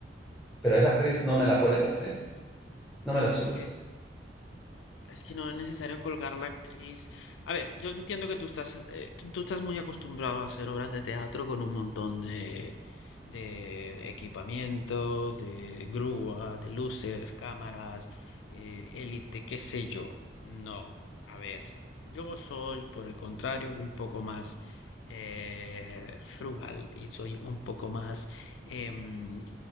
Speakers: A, in the centre; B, on the left.
A: Pero a esa actriz no
B: A
A: me
B: ver,
A: la cuelgas, ¿eh? No me la subes.
B: es que Es que no es necesario colgar a la actriz. A ver, yo entiendo que tú estás, eh, tú estás muy acostumbrado a hacer obras de teatro con un montón de, de equipamiento, de grúa, de luces, cámaras, eh, élite, qué sé yo. No, a ver, yo soy, por el contrario, un poco más eh, frugal y soy un poco más, em,